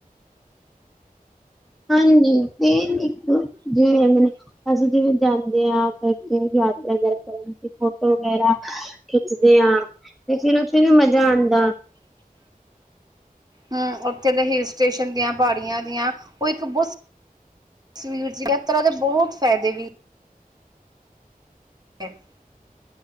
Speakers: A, in the centre; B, on the right (about 25°).
A: ਹਾਂਜੀ ਤੇ ਜਿਵੇਂ ਕਹਿੰਦੇ ਨੇ, ਅਸੀਂ ਜਿਵੇਂ ਜਾਂਦੇ ਆ ਕੀ ਯਾਤਰਾ ਕਰਨ ਵੀ, ਫੋਟੋ ਵਗੈਰਾ ਖਿੱਚਦੇ ਹਾਂ, ਤੇ ਫਿਰ ਉੱਥੇ ਵੀ ਮਜ਼ਾ ਆਉਂਦਾ।
B: ਹੂ, ਉੱਥੇ ਦੇ ਹਿਲ ਸਟੇਸ਼ਨ ਦੀਆਂ, ਪਹਾੜੀਆਂ ਦੀਆਂ, ਉਹ ਇੱਕ ਬਹੁਤ ਸਵੀਟਸ ਜੀ, ਐਸ ਤਰ੍ਹਾਂ ਦੇ ਬਹੁਤ ਫਾਇਦੇ ਵੀ <inaudible>